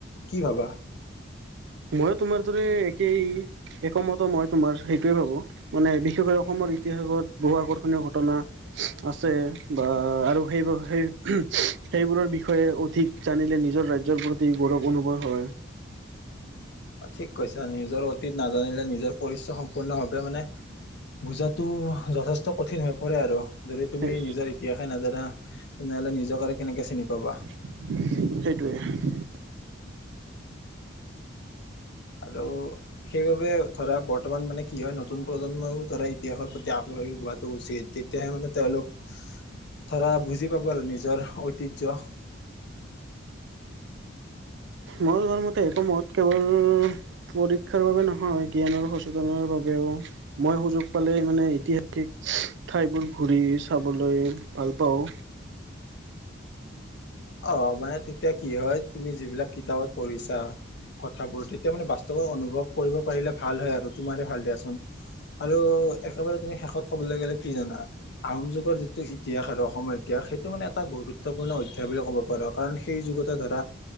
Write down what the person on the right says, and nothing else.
মইো তোমাৰ দৰে একেই। একমত মই তোমাৰ সেইটোৱে হব। ভাবো মানে বিশেষকৈ অসমৰ ইতিহাসত বহু আকৰ্ষণীয় ঘটনা আছে বা আৰু সেইবোৰ সেই সেইবোৰৰ বিষয়ে ঠিক জানিলে, নিজৰ ৰাজ্যৰ প্ৰতি গৌৰৱ অনুভৱ হয়।
সেই
সেইটোৱে।
হয়।
মই জনা মতে একমত কেৱল পৰীক্ষাৰ বাবে নহয় জ্ঞানৰ সচেতনৰ বাবেয়ো। মই সুযোগ পালে মানে ইতিহাসিক ঠাইবোৰ ঘূৰি চাবলৈ ভাল পাওঁ।